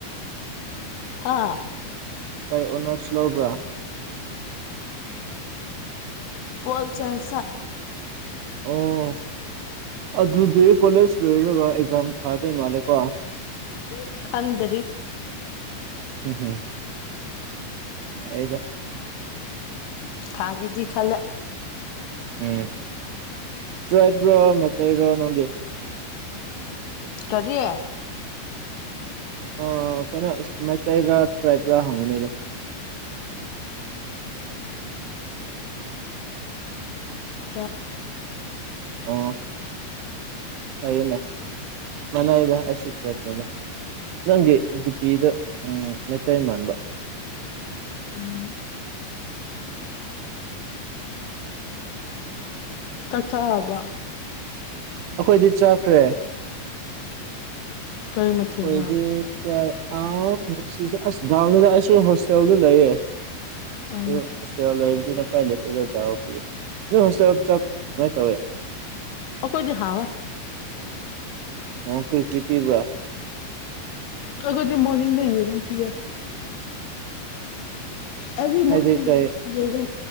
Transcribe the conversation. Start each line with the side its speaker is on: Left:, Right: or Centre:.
Left: ꯍꯥ
Right: ꯀꯩ ꯑꯣꯅꯔꯁ ꯂꯧꯕ꯭ꯔꯥ
Left: ꯄꯣꯜꯆꯟ ꯁꯥ <unintelligible>
Right: ꯑꯣ ꯑꯗꯨꯗꯤ ꯀꯣꯂꯦꯖ ꯂꯣꯏꯔꯒ ꯑꯦꯛꯖꯥꯝ ꯊꯥꯗꯣꯏ ꯃꯥꯜꯂꯦꯀꯣ
Left: ꯎꯝ ꯈꯪꯗ꯭ꯔꯤ
Right: ꯍꯨꯝ ꯍꯨꯝ ꯐꯩꯗ
Left: ꯊꯥꯒꯦꯗꯤ ꯈꯜꯂꯦ
Right: ꯎꯝ ꯇ꯭ꯔꯥꯏꯕ ꯔꯣ ꯃꯩꯇꯩ ꯔꯣ ꯅꯪꯗꯤ
Left: ꯀꯔꯤ
Right: ꯑꯥ ꯀꯩꯅꯣ ꯑꯥ ꯃꯩꯇꯩꯥꯔ ꯇ꯭ꯔꯥꯏꯞꯔ ꯍꯪꯕꯅꯤꯗ
Left: ꯆ
Right: ꯑꯣ ꯏꯅꯦ ꯃꯅꯥ ꯏꯗ ꯍꯥꯏꯁꯨ ꯇꯔ꯭ꯥꯞꯅꯦꯗ ꯅꯪꯗꯤ ꯖꯤꯄꯤꯗ ꯃꯩꯇꯩꯥꯏ ꯃꯥꯟꯕ
Left: ꯎꯝ ꯆꯠ ꯆ ꯍꯥꯕ
Right: ꯑꯩꯈꯣꯏꯗꯤ ꯆꯠꯈ꯭ꯔꯦ
Left: ꯀꯔꯤ ꯃꯊꯦꯜꯅꯣ
Right: ꯑꯩꯈꯣꯏꯗꯤ ꯆ ꯑ ꯉꯁꯤꯁꯦ ꯑꯁ ꯗꯥꯎꯗ ꯑꯁ ꯍꯣꯁꯇꯦꯜꯗ ꯂꯩꯌꯦꯦ
Left: ꯑꯣ
Right: ꯑ ꯍꯁ ꯂꯩꯥꯏꯕꯔꯤꯅ ꯄꯥꯏ ꯂꯩꯇ ꯅ ꯍꯁ ꯆꯥꯛ ꯀꯃꯥꯏ ꯇꯧꯋꯦ
Left: ꯑꯣꯈꯣꯏ ꯍꯥꯕ
Right: ꯑꯣ ꯀ꯭ꯔꯤ ꯀ꯭ꯔꯤ ꯄꯤꯕ꯭ꯔꯥ
Left: ꯑꯈꯣꯖꯤ ꯃꯣꯔꯅꯤꯡꯗ ꯌꯦꯔꯨꯝ ꯄꯤꯑꯦ ꯑꯦꯚ꯭ꯔꯤ
Right: ꯍꯥꯏꯗꯤ
Left: ꯃꯣꯔꯅꯤꯡ
Right: ꯀꯩ
Left: ꯌꯦ ꯌꯦ ꯑꯗꯨꯨꯝ